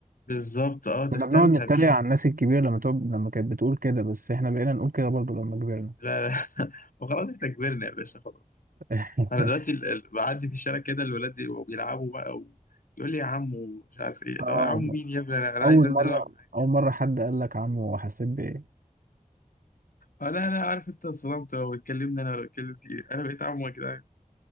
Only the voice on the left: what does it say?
بالظبط اه تستمتع
بيها
لا لا <laughs> وخلاص احنا كبرنا يا باشا خلاص
انا دلوقتي ال- ال- بعدي في الشارع كده الولاد يبقوا بيلعبوا بقى ويقول لي يا عمو مش عارف ايه لا
يا عمو مين يا ابني انا أنا
عايز انزل
العب معاك
آه لا لا عارف انت انصدمت هو اتكلمنا انا ولا اتكلم فيه انا بقيت عمو يا جدعان